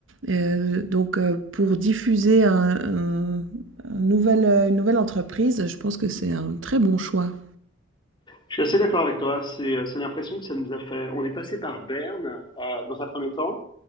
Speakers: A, on the right; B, on the left.
A: Euh, donc euh, pour diffuser un, un- un nouvel, euh, une nouvelle entreprise, je pense que c'est un très bon choix.
B: Je suis assez d'accord avec toi. C'est, euh, c'est l'impression que ça nous a fait. On est passé par Berne euh, dans un premier temps.